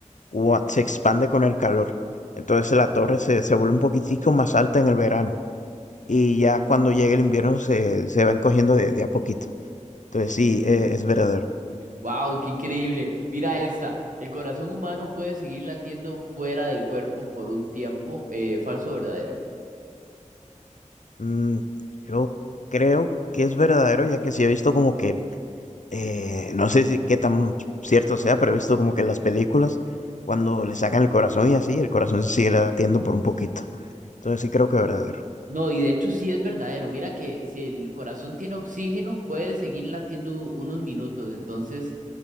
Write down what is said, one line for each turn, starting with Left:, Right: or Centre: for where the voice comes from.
Left: cua- se expande con el calor. Entonces la torre se, se vuelve un poquitico más alta en el verano. Y ya cuando llegue el invierno se, se van cogiendo de, de a poquito. Entonces sí, eh, es verdadero.
Right: Wow, qué increíble. Mira esta. El corazón humano puede seguir latiendo fuera del cuerpo por un tiempo. eh, falso o verdadero.
Left: Mm, yo creo que es verdadero, ya que sí he visto como que eh, no sé si qué tan cierto sea, pero he visto como que en las películas, cuando le sacan el corazón y así, el corazón se sigue latiendo por un poquito. Entonces sí creo que es verdadero.
Right: No, y de hecho sí es verdadero. Mira que si el corazón tiene oxígeno, puede seguir latiendo unos minutos. Entonces,